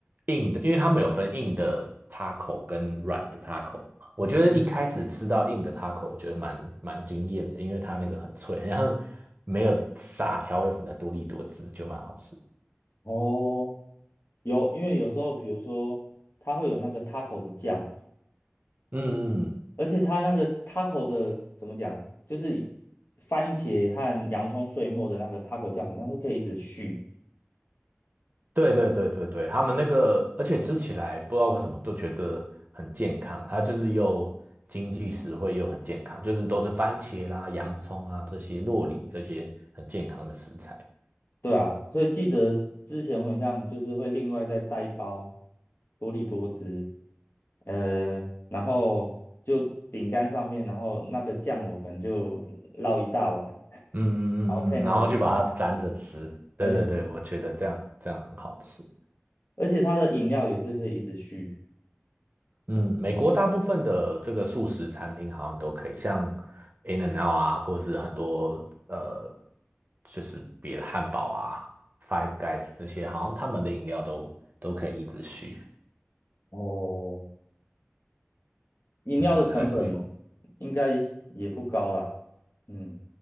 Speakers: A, on the right; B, on the left.
A: 硬的，因为他们有分硬的 taco 跟软的 taco。我觉得一开始吃到硬的
B: 嗯
A: taco，我觉得蛮蛮惊艳的，因为它那个很脆，好像没有撒调味粉的多利多滋，就蛮好吃。
B: 哦，有，因为有时候比如说它会有那个 taco 的酱嘛，
A: 嗯嗯，
B: 而且它那个 taco 的怎么讲，就是番茄和洋葱碎末的那个 taco 酱，好像是可以一直续，
A: 对对对对对，他们那个，而且吃起来不知道为什么都觉得很健康，它就是又经济实惠又很健康，就是都是番茄啦、洋葱啊这些洛梨这些很健康的食材。
B: 对啊，所以记得之前我好像就是会另外再带一包多利多汁，呃，然后就饼干上面，然后那个酱我可能就捞一大碗，
A: 嗯嗯嗯嗯，
B: 然后配那个饼干吃，
A: 然后就把它沾着吃。
B: 哎，
A: 对对对，我觉得这样这样很好吃。
B: 而且它的饮料也是可以一直续，
A: 嗯，美国大部分的这个素食餐厅好像都可以，像 In-N-Out 啊，或者是很多呃，就是别的汉堡啊、Five Guys 这些，好像他们的饮料都都可以一直续。
B: 哦，饮料的成本
A: 嗯，还不错。
B: 应该也不高啦，嗯。